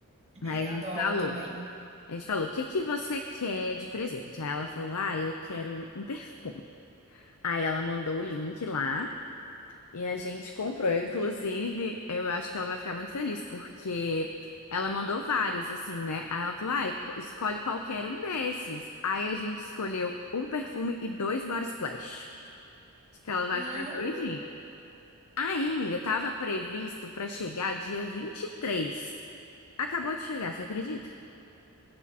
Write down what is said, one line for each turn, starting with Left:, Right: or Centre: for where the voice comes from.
Left: Aí
Right: Ai,
Left: a gente
Right: adoro
Left: falou.
Right: também.
Left: A gente falou, o que que você quer de presente? Aí ela falou, ah, eu quero um perfume. Aí ela mandou o link lá e a gente comprou. Inclusive, eu acho que ela vai ficar muito feliz porque ela mandou vários, assim, né? Aí ela falou, ah, escolhe qualquer um desses. Aí a gente escolheu um perfume e dois body splash. Acho que ela vai
Right: Hum,
Left: ficar doidinha. Aí, amiga, tava previsto pra chegar dia 23. Acabou de chegar, você acredita?